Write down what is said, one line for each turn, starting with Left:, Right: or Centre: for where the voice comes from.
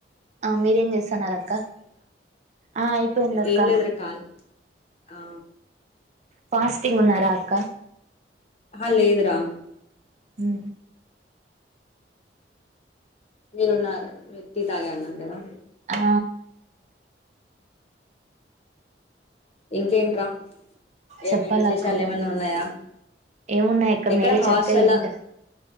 Right: ఆ మీరేం చేస్తన్నారు. అక్క ఆ అయిపోయింది అక్క
Left: ఏం లేదురా కాల్ ఆ
Right: ఫాస్టింగ్ ఉన్నారా అక్క
Left: హా లేదురా
Right: హ్
Left: మీరున్నార మీరు టీ తాగ అన్నారు కదా
Right: ఆ
Left: ఇంకేంట్రా ఏమీ
Right: చెప్పాల
Left: విశేషాలు
Right: అక్క మరి
Left: ఏమన్నా ఉన్నాయా
Right: ఏమున్నాయి అక్క
Left: ఎక్కడ
Right: మీరే
Left: హాస్టల్
Right: చెప్తే వింటా